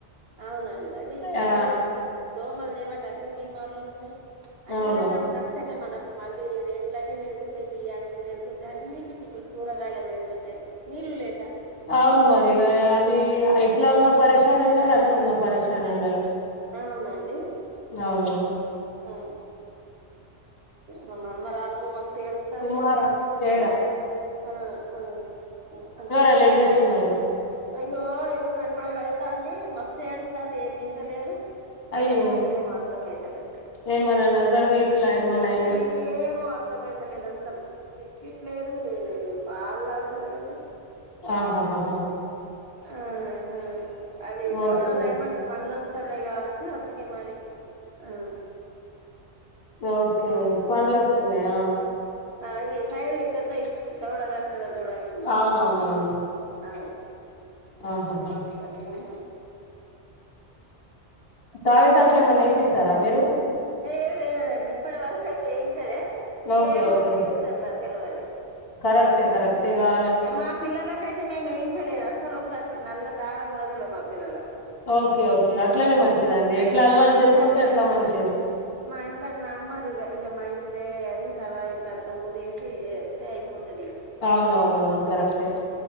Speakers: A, on the right (about 55°); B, on the left (about 55°).
A: అవునండి అది
B: ఆ
A: అదే చెప్పే దోమలు జేబాట్టే అన్ని బీమార్లు వస్తాయి అన్ని
B: అవును
A: రకాల నష్టమే మనకు మళ్ళీ రేట్లు అన్నీ పెరుగుతాయి బియ్యానికి పెరుగుతాయి అన్నిటికీ పె కూరగాయలకు పెరుగుతాయి నీళ్లు లేక
B: అవును మరి ఇగ అది ఇట్లా ఉన్న పరిశానే ఉన్న అట్లా ఉన్న పరశానే ఉన్నది
A: అవునండి
B: అవును
A: ఉ ఆ మా మనమరాలు మస్తు ఏడు సంది
B: కుమార
A: అస్సల్ జెకు
B: చేరా
A: ఆ ఆ ఆ
B: వాళ్ళు ఏం చేస్తున్నారు
A: ఐగో ఎందుకు రెండు రోజులు అయితాంది మస్త ఏడుస్తాంది ఏం తింటలేదు మరి
B: అయ్యో
A: ఏమైందో ఏమో అర్థం అయితలేదు
B: ఏమన్నా నజర్ గి క్లైమేండ్
A: తీ ఏమార్ అర్థం అయితలేదు అస్సల్ విస్కెట్ లేదు పాల తాగుత లేదు
B: ఆహాహాహా
A: ఆహా అవి దవడలు
B: ఓకే
A: ఏమంటారు పండ్లులు వస్తున్నాయి కావచ్చు అందు కే మరి ఆ
B: ఓకే పండ్లు వస్తున్నాయా
A: ఆ అవి సైడ్ వి పెద్దవి దౌడల పిల్లచూడండి
B: అవునవునవును
A: ఆమె
B: ఆహాహా
A: వస్తది ఇదిగో
B: తావిజ్ అట్లే ఏమన్నా ఎపిస్తారా మీరు
A: ఏ లేదండి ఇప్పటి వరకు అయితే ఎయించలే
B: ఓకే
A: ఏమ్మో
B: ఓకే
A: ప్యూచర్ల తెలవాది
B: కరెక్టే కరెక్టే ఇగా
A: మా పిల్లలకు అయితే మేము ఏయించలేదు అస్సలు ఒకటి నల్ల దారం కుడా తెలవదు మా పిల్లల
B: ఓకే ఓకే అట్లనే మంచిదండి ఎట్లా అలవాలు
A: మా ఇంట్ల
B: చేసుకుంటే అట్లా మంచిది
A: ఆ మా ఇంట్ల మమ్మదిగా ఇగ మా ఇంటిదే అని సవా ఇంత అంత ఊదేశి ఏస్తే అయి కొత్తదిగా
B: అవునవునవును కరెక్టే